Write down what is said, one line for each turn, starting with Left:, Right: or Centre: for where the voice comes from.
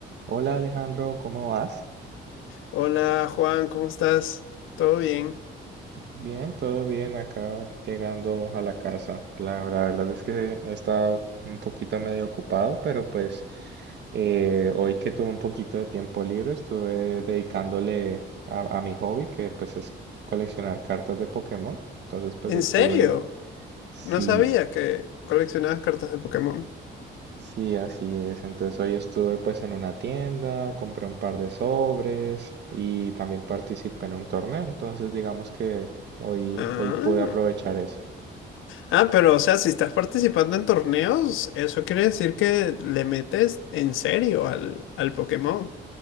Right: Hola Alejandro, ¿cómo vas?
Left: Hola Juan, ¿cómo estás? ¿Todo bien?
Right: Bien, todo bien acá llegando a la casa. La, la verdad es que he estado un poquito medio ocupado, pero pues eh, hoy que tuve un poquito de tiempo libre estuve dedicándole a, a mi hobby, que pues es coleccionar cartas de Pokémon. Entonces pues
Left: ¿En
Right: estuve,
Left: serio?
Right: sí,
Left: No sabía que coleccionabas cartas de Pokémon.
Right: Sí, así es. Entonces hoy estuve pues en una tienda, compré un par de sobres y también participé en un torneo. Entonces digamos que hoy,
Left: Ah.
Right: hoy pude aprovechar eso.
Left: Ah, pero o sea, si estás participando en torneos, eso quiere decir que le metes en serio al, al Pokémon.